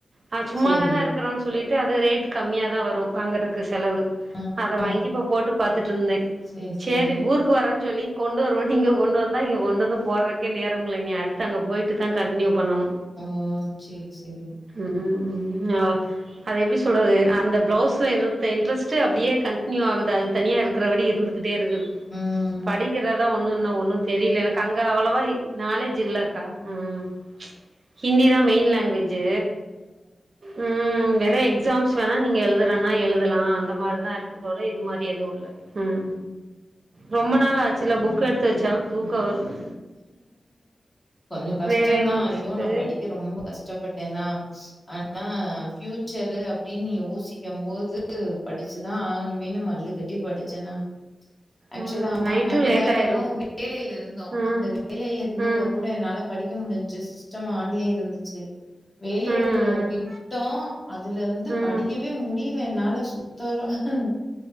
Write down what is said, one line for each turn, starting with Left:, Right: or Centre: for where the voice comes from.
Right: அ சும்மாதான
Left: சரி.
Right: இருக்கறோன் சொல்லிட்டு அது ரேட் கம்மியாதா வரு வாங்குறக்கு செலவு
Left: ஆ,
Right: அத
Left: ஆ.
Right: வாங்கி இப்ப போட்டு பாத்துட்ருந்தே
Left: சரி,
Right: சேரி
Left: சரி.
Right: ஊருக் வரோன் சொல்லி கொண்டு வருவோன் இங்க கொண்டு வந்தா இங்க கொண்டு வந்து போறக்கே நேரம் இல்ல இனி அடுத்த அங்க போய்ட்டு தா கன்டினியூ பண்ணணு
Left: ம் சேரி சேரி
Right: ம் அவ அத எப்டி சொல்றது அந்த ப்ளவுஸ்ல இருத்த இன்ட்ரெஸ்ட்டு அப்டியே கன்டினியூ ஆகுது அது தனியா இருக்கறபடி இருந்துகுட் இருக்குது
Left: ம்,
Right: படிக்கிறதா ஒன்னு இன்னு ஒன்னு தெரியல எனக்கு அங்க அவ்வளவா நாலேஜ் இல்லக் ம் ஹிந்திதா மெயின் லாங்குவேஜ் ஜு ம் வேறு எக்ஸாம்ஸ் வேணா நீங்க எழுதுறன்னா எழுதலா அந்த மாரிதா இருக்குது ஒரே இது மாரி எதுவு இல்ல ம் ரொம்ப நாள் ஆச்சுல புக் எடுத்து வெச்சாலு தூக்கோ வருது
Left: கொஞ்சோ கஷ்டோதா
Right: வேலைய முடிச்சுட்டு
Left: ஐயோ நா படிக்க ரொம்ப கஷ்டப்பட்டேனா ஆனா ஃபியூச்சரு அப்டினு யோசிக்கும்போது படிச்சுதா ஆகணுமேனு மல்லு கட்டி படிச்சே நான் ஆக்சுவலா
Right: ம் நைட்டு
Left: நாங்க
Right: லேட்
Left: எல்லாரு
Right: ஆயிரு
Left: வேலைல இருந்தோ
Right: ம்
Left: அந்த வேலைல இருந்தப்போகூட
Right: ம்
Left: என்னால படிக்க முடிஞ்ச்சு சிஸ்டம் ஆன்லயே இருந்துச்சு வேலைய
Right: ம்
Left: விட்டோ அதுல இருந்து
Right: ம் ம்
Left: படிக்கவே முடியல என்னால சுத்தரா ஆ